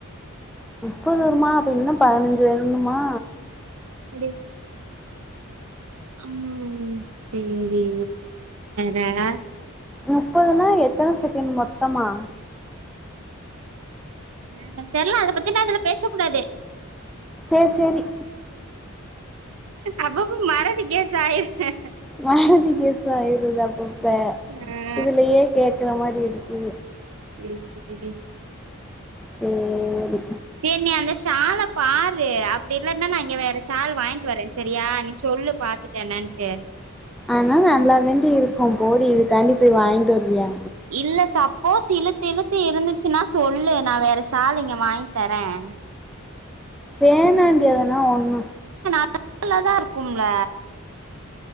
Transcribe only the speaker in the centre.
நுப்பது வருமா அப்ப இன்னு பதனஞ்சு வரனுமா?
முப்பதுனா எத்தன செகண்ட் மொத்தமா?
சேர் சேரி
மறதி கேஸ் ஆயிருது அப்பப்ப
இதுலயே கேக்கற மாரி இருக்கு
சேரி
ஆனா நல்லா தான்டீ இருக்கு போடி இதுக்காண்டி போய் வாங்கிட்டு வருவியா?
வேணான்டி அதுனா ஒண்ணு